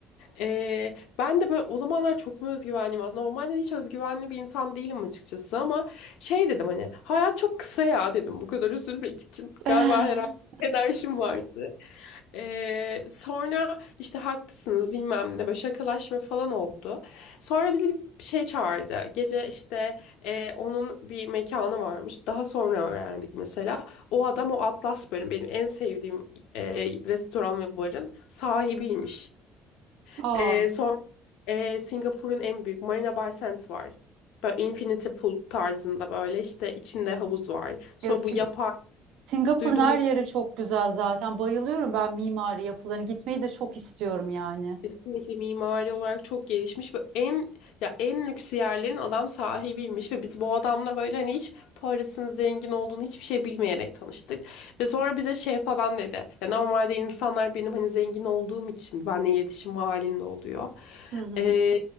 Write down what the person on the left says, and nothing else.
Ee, ben de böyle o zamanlar çok mu özgüvenliyim aslında. Normalde hiç özgüvenli bir insan değilim açıkçası ama şey dedim hani hayat çok kısa ya dedim. Bu kadar üzülmek için galiba
herhalde enerjim vardı. Ee, sonra işte haklısınız bilmem ne böyle şakalaşma falan oldu. Sonra bizi bir şey çağırdı. Gece işte e, onun bir mekanı varmış. Daha sonra öğrendik mesela. O adam o Atlas bölüm benim en sevdiğim e, restoran ve barın sahibiymiş.
Ee, son ee, Singapur'un en büyük Marina Bay Sands var. Böyle infinity pool tarzında böyle işte içinde havuz var. Sonra
bu yapay
duydun
Kesinlikle mimari olarak çok gelişmiş ve en ya en lüks yerlerin adam sahibiymiş ve biz bu adamla böyle hani hiç Paris'in zengin olduğunu hiçbir şey bilmeyerek tanıştık. Ve sonra bize şey falan dedi. Ya normalde insanlar benim hani zengin olduğum için benimle iletişim halinde oluyor.
Ee,